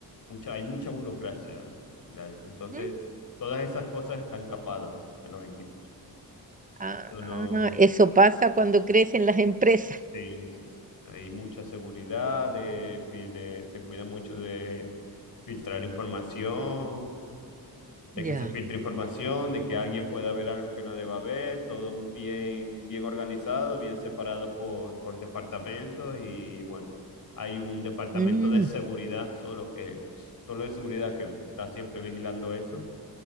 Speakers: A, on the left (about 60°); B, on the right (about 20°).
A: mucha, hay mucha burocracia, Gladys. Entonces,
B: Mm,
A: todas esas cosas están capadas en los equipos.
B: Ah,
A: Esto no,
B: no, no, eso pasa cuando crecen las empresas.
A: sí, sí, sí. Hay mucha seguridad, de, pide- se cuida mucho de filtrar información. de
B: Ya.
A: que se filtre información, de que alguien pueda ver algo que no deba ver, todo bien, bien organizado, bien separado por, por departamentos y bueno, hay un departamento
B: Mm.
A: de seguridad solo que, solo de seguridad que está siempre vigilando eso